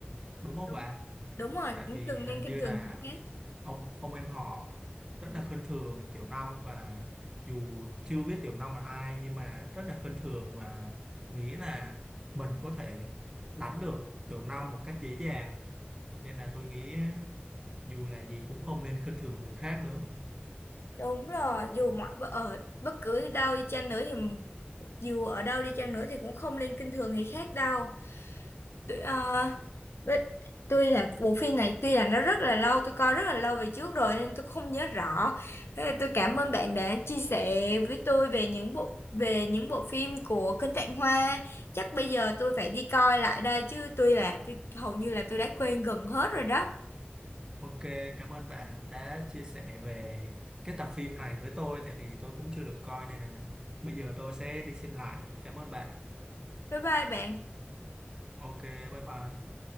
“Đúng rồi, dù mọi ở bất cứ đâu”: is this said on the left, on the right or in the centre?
Left